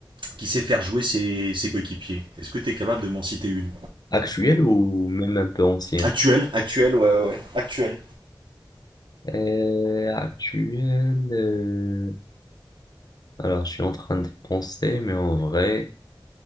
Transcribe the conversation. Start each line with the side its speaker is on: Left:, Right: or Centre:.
Right: qui sait faire jouer ses, ses coéquipiers est-ce que tu es capable de m'en citer une
Left: Actuel ou même un peu ancien?
Right: actuelle actuelle ouais ouais ouais. actuelle
Left: Euh, actuel. euh, Alors, je suis en train de penser, mais en vrai,